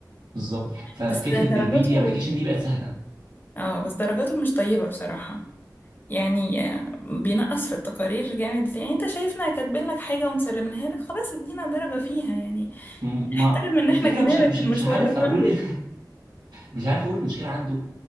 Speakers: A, on the right; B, on the left.
A: بالظبط ففكره
B: بس درجاته
A: البي في ابلكيشن دي بقت سهله
B: اه بس درجاته مش طيبة بصراحة يعني آه، بينقص في التقارير جامد يعني انت شايفنا كاتبين لك حاجة ومسلمينها لك خلاص ادينا درجة فيها يعني
A: م-
B: احترم
A: ما
B: ان
A: الفكره
B: احنا جينا
A: مش مش
B: لك المشوار
A: مش عارف
B: ده
A: اقول
B: كله
A: <laughs> مش عارف اقول المشكله عنده